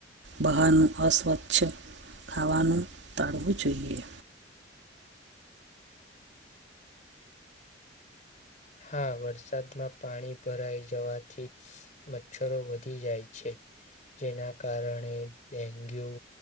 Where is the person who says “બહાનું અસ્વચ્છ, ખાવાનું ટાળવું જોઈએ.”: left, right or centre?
Right